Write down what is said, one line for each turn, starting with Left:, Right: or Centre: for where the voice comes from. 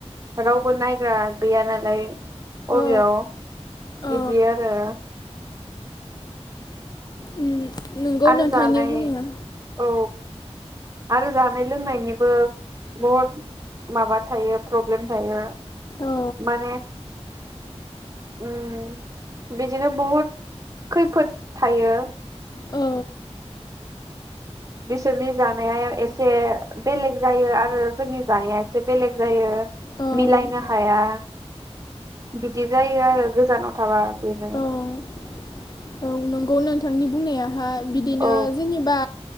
Right: रावबो नायग्रा गैया नालाय। अबेयाव
Left: औ
Right: बिदि
Left: औ
Right: आरो।
Left: उम। नंगौ
Right: आरो
Left: नोंथांनि
Right: जानाय
Left: बुंनाया
Right: औ आरो जानाय। नाय लोंनायनिबो बहुद माबा थायो प्रब्लेम थायो।
Left: औ
Right: माने। उम बिदिनो बहुद खैफोद थायो।
Left: औ।
Right: बिसोरनि जानाया एसे बेलेग जायो आरो। जोंनि जानाया एसे बेलेग जायो
Left: औ
Right: मिलायनो हाया बिदि जायो आरो। गोजानाव थाबा‌। बेनो
Left: औ औ औ नंगौ नोंथांनि बुंनायाहाय बिदिनो
Right: औ
Left: जेनेबा।